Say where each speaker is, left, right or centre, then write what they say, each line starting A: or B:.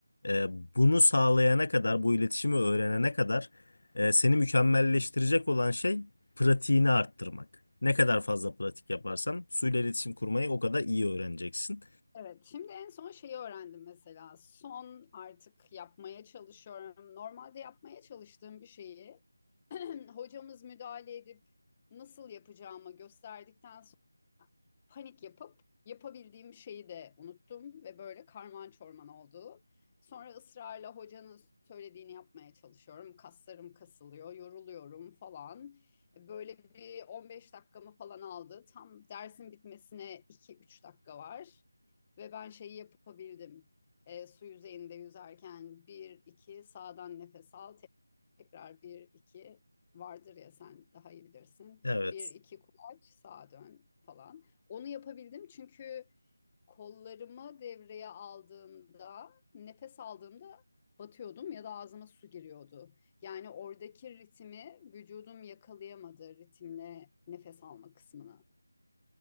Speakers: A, on the left; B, on the left.
A: Ee, bunu sağlayana kadar, bu iletişimi öğrenene kadar e, seni mükemmelleştirecek olan şey pratiğini arttırmak. Ne kadar fazla pratik yaparsan suyla iletişim kurmayı o kadar iyi öğreneceksin.
B: evet. Şimdi en son şeyi öğrendim mesela. Son artık yapmaya çalışıyorum. Normalde yapmaya çalıştığım bir şeyi <clears throat> hocamız müdahale edip nasıl yapacağımı gösterdikten panik yapıp yapabildiğim şeyi de unuttum ve böyle karman çorman oldu. Sonra ısrarla hocanın söylediğini yapmaya çalışıyorum. Kaslarım kasılıyor, yoruluyorum falan. E, Böyle bir 15 dakikamı falan aldı. Tam dersin bitmesine 2-3 dakika var. Ve ben şeyi yapabildim. E, su yüzeyinde yüzerken bir iki sağdan nefes al, Tekrar bir iki vardır ya sen daha iyi bilirsin.
A: Evet.
B: Bir iki kulaç sağa dön falan. Onu yapabildim çünkü kollarımı devreye aldığımda nefes aldığımda batıyordum ya da ağzıma su giriyordu. Yani oradaki ritmi vücudum yakalayamadı ritimle nefes alma kısmını.